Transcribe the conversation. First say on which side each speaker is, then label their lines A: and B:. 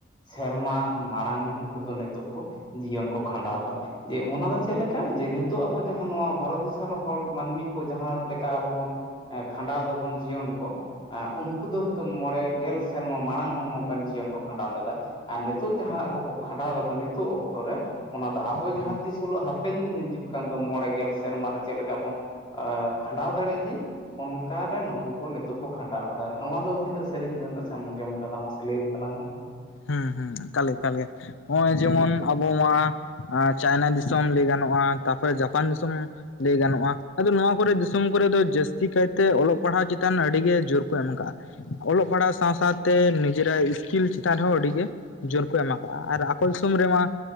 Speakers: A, on the left; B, on the left.
A: ᱥᱮᱨᱢᱟ ᱢᱟᱲᱟᱝ ᱩᱱᱠᱩ ᱫᱚ ᱱᱤᱛᱚᱜ ᱠᱚ ᱡᱤᱭᱚᱱ ᱠᱚ ᱠᱷᱟᱸᱰᱟᱣ ᱮᱫᱟ ᱡᱮ ᱚᱱᱟ ᱫᱚ ᱪᱮᱫ ᱞᱮᱠᱟ ᱡᱮ ᱱᱤᱛᱚᱜ ᱟᱵᱚ ᱡᱟᱦᱟᱸ ᱱᱚᱣᱟ ᱵᱷᱟᱨᱚᱛ ᱫᱤᱥᱚᱢ ᱨᱮᱱ ᱦᱚᱲ ᱢᱟᱹᱱᱢᱤ ᱠᱚ ᱡᱟᱦᱟᱸ ᱞᱮᱠᱟ ᱟᱵᱚ ᱵᱚᱱ ᱠᱷᱟᱸᱰᱟᱣ ᱫᱟᱵᱚᱱ ᱡᱤᱭᱚᱱ ᱠᱚ ᱩᱱᱠᱩ ᱫᱚ ᱱᱤᱛᱳᱝ ᱢᱚᱬᱮ ᱜᱮᱞ ᱥᱮᱨᱢᱟ ᱢᱟᱲᱟᱝᱢ ᱱᱚᱝᱠᱟᱱ ᱡᱤᱭᱚᱱ ᱠᱚ ᱠᱷᱟᱸᱰᱟᱣ ᱞᱮᱫᱟ᱾ ᱟᱨ ᱱᱤᱛᱚᱜ ᱡᱟᱦᱟᱸ ᱠᱚᱠᱚ ᱠᱷᱟᱸᱰᱟᱣ ᱫᱟᱠᱚ ᱱᱤᱛᱚᱜ ᱚᱠᱛᱚ ᱨᱮ ᱚᱱᱟ ᱫᱚ ᱟᱵᱚ ᱡᱟᱦᱟᱸ
B: ᱦᱮᱸ
A: ᱛᱤᱥ ᱦᱤᱞᱳᱜ ᱦᱟᱯ ᱦᱟᱯᱮᱱ ᱫᱤᱱ ᱦᱤᱡᱩᱜ ᱠᱟᱱ ᱫᱚ ᱢᱚᱬᱮ ᱜᱮᱞ ᱥᱮᱨᱢᱟ ᱨᱮ ᱪᱮᱫ ᱞᱮᱠᱟ ᱵᱚᱱ ᱠᱷᱟᱸᱰᱟᱣ ᱫᱟᱲᱮᱭᱟ ᱫᱤᱱ ᱚᱱᱠᱟ ᱨᱮ ᱱᱩᱠᱩ ᱠᱚ ᱱᱤᱛᱚᱜ ᱠᱚ ᱠᱷᱟᱸᱰᱟᱣ ᱠᱟᱫᱟ ᱱᱚᱣᱟ ᱫᱚ ᱛᱤᱱᱟᱹᱜ ᱥᱟᱹᱨᱤ ᱛᱤᱱᱟᱹᱜ ᱱᱟᱥᱮᱢ ᱟᱸᱡᱚᱢ ᱟᱠᱟᱫᱟ ᱢᱟᱥᱮ ᱞᱟᱹᱭᱟᱧ ᱛᱟᱞᱟᱝ ᱢᱮ?
B: ᱦᱮᱸ ᱦᱮᱸ ᱮᱠᱟᱞ ᱮᱠᱟᱞ ᱜᱮ ᱱᱚ-ᱚᱭ ᱡᱮᱢᱚᱱ ᱟᱵᱚ ᱱᱚᱣᱟ ᱪᱟᱭᱱᱟ ᱫᱤᱥᱚᱢ ᱞᱟᱹᱭ ᱜᱟᱱᱚᱜ-ᱟ ᱛᱟᱯᱚᱨᱮ ᱡᱟᱯᱟᱱ ᱫᱤᱥᱚᱢ ᱞᱟᱹᱭ ᱜᱟᱱᱚᱜ-ᱟ᱾ ᱟᱫᱚ ᱱᱚᱣᱟ ᱠᱚᱨᱮ ᱫᱤᱥᱚᱢ ᱠᱚᱨᱮ ᱫᱚ ᱡᱟᱹᱥᱛᱤ ᱠᱟᱭᱛᱮ ᱚᱞᱚᱜ ᱯᱟᱲᱦᱟᱣ ᱪᱮᱛᱟᱱ ᱟᱹᱰᱤᱜᱮ ᱡᱳᱨ ᱠᱚ ᱮᱢ ᱠᱟᱜ-ᱟ᱾ ᱚᱞᱚᱜ ᱯᱟᱲᱦᱟᱣ ᱥᱟᱶ ᱥᱟᱶᱛᱮ ᱱᱤᱡᱮᱨᱟᱜ ᱤᱥᱠᱤᱞ ᱪᱮᱛᱟᱱ ᱨᱮᱦᱚᱸ ᱟᱹᱰᱤᱜᱮ ᱡᱳᱨ ᱠᱚ ᱮᱢᱟ ᱠᱚᱣᱟ ᱟᱨ ᱟᱠᱚ ᱫᱤᱥᱚᱢ ᱨᱮᱢᱟ